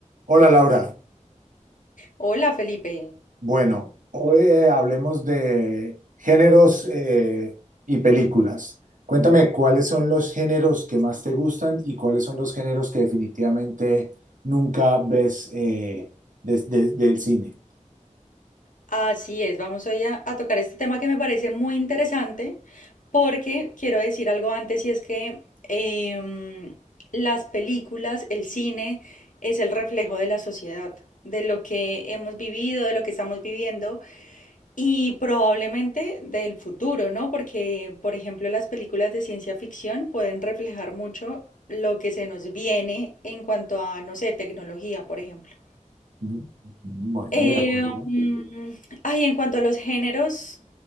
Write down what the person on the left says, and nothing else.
Hola Felipe,
así es, vamos hoy a, a tocar este tema que me parece muy interesante porque quiero decir algo antes y es que em, las películas, el cine es el reflejo de la sociedad, de lo que hemos vivido, de lo que estamos viviendo y probablemente del futuro, ¿no? Porque, por ejemplo, las películas de ciencia ficción pueden reflejar mucho lo que se nos viene en cuanto a, no sé, tecnología, por ejemplo.
Eh,
mm, ay, en cuanto a los géneros